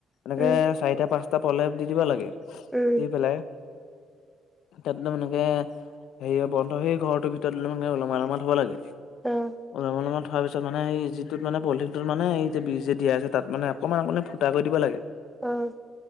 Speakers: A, on the left; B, in the centre.
A: এনেক
B: উম
A: চাৰিটা পাঁচ টা প্ৰলেপ দি দিব লাগে,
B: উম
A: দি পেলাই তাত মানেকে হেৰি বন্ধ সেই ঘৰটোৰ ভিতৰত মানে উলমাই উলমাই থ'ব লাগে।
B: অ'।
A: উলমাই উলমাই থোৱাৰ পিছত মানে সেই যিটোত মানে পলিথিনটোত মানে এই যে বিজ যে দিয়া আছে তাত মানে অকণমান অকণমান ফুটা কৰি দিব লাগে।
B: অ'।